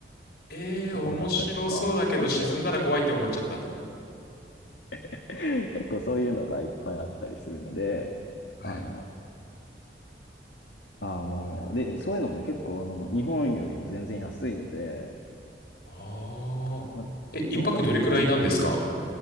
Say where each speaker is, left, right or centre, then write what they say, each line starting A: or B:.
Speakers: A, on the left; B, on the left.
A: えー、
B: ところだったりとか、
A: 面白そうだけど沈んだら怖いって思っちゃった。
B: 結構、<laughs> 結構そういうのがいっぱいあったりするので、
A: はい。
B: あの、あの、
A: なるほど。
B: で、そういうのもね、結構あの、日本よりも全然安いので、
A: ああ。
B: まあ、
A: え、一泊どれくらいなんですか
B: どうだろうな。